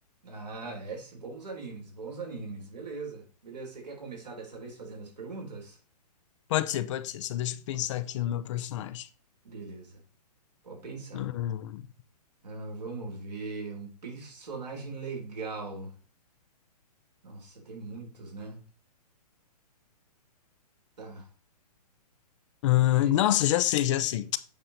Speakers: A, on the right; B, on the left.
A: Ah, é, esse, bons animes, bons animes. Beleza. Beleza, você quer começar dessa vez fazendo as perguntas?
B: Pode ser, pode ser. Só deixa eu pensar aqui no meu personagem.
A: Beleza, pode pensar.
B: Hum,
A: Ah, vamos ver. Um personagem legal. Nossa, tem muitos, né? Tá.
B: hum,
A: Pe-
B: nossa, já sei, já sei.